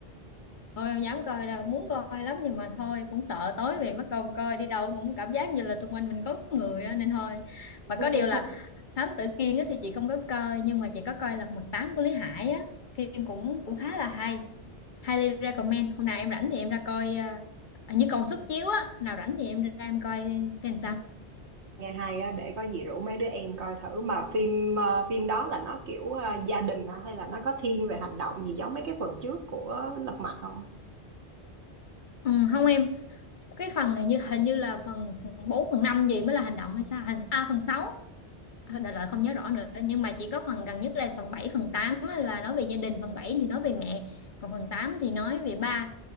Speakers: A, on the left; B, on the right.
A: thôi em dám coi rồi muốn coi lắm nhưng mà thôi cũng sợ tối về mất công coi đi đâu cũng cảm giác như là xung quanh mình có người á, nên thôi
B: <laughs>
A: mà có điều là Thám Tử Kiên á thì chị không có coi nhưng mà chị có coi Lật Mặt Tám của Lý Hải á phim cũng cũng khá là hay highly recommend hôm nào em rảnh thì em ra coi ờ, hình như còn suất chiếu á nào rảnh thì em ra em coi xem sao
B: nghe hay á để có gì rủ mấy đứa em coi thử mà phim ờ, phim đó là nó kiểu ờ, gia đình hả hay là nó có thiên về hành động gì giống mấy cái phần trước của Lật Mặt không
A: ừ, không em cái phần hình như hình như là phần, phần 4 phần 5 gì mới là hành động hay sao hành à, phần sáu đại loại không nhớ rõ nữa nhưng mà chỉ có phần gần nhất là phần 7 phần 8 á, là nói về gia đình phần 7 thì nói về mẹ còn phần 8 thì nói về ba